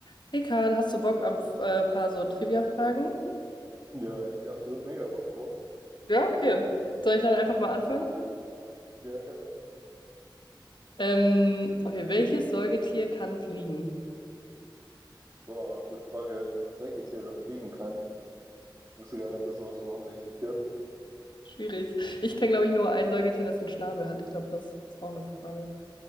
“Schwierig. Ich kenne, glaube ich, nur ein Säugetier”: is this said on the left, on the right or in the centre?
Left